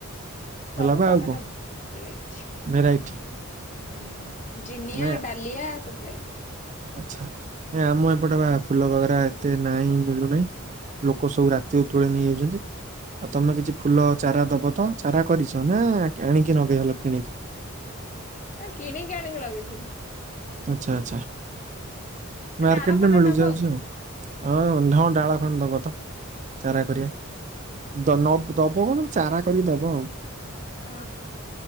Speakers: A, on the left; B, on the right.
A: ସବୁ
B: ଗୋଲାପ
A: ପ୍ରକାର
B: ଆଉ କଣ
A: ଫୁଲ ଲାଗିଛି।
B: ଭେରାଇଟି?
A: ହୁଁ ଜିନିଆ,
B: ନା
A: ଡାଲିଆ ସବୁ ଲାଗିଚି।
B: ଆଚ୍ଛା ନା ଆମ ଏପଟେ ବା ଫୁଲ ବଗେରା ଏତେ ନାଇଁ ମିଳୁନାଇଁ। ଲୋକ ସବୁ ରାତି ରୁ ତୋଳି ନେଇ ଯାଉଚନ୍ତି। ଆଉ ତମେ କିଛି ଫୁଲ ଚାରା ଦବ ତ ଚାରା କରିଛ ନା ଆଣିକି କିଣିକି ନଗେଇଦଲ କିଣିକି?
A: ଏ କିଣିକି ଆଣିକି ଲଗେଇଥିଲିି।
B: ଆଚ୍ଛା ଆଚ୍ଛା
A: ଆଉ
B: ମାର୍କେଟେରେ
A: ଡାଳ ଖଣ୍ଡେ
B: ମିଳି
A: ନବ
B: ଯାଉଛି ଆଉ। ହଁ ହଁ ଡାଳ ଖଣ୍ଡେ ଦବ ତ ଚାରା କରିବା
A: ହଁ
B: ଦ ନ ଦବ କଣ ଚାରା କରି ଦବ ଆଉ।
A: ହଁ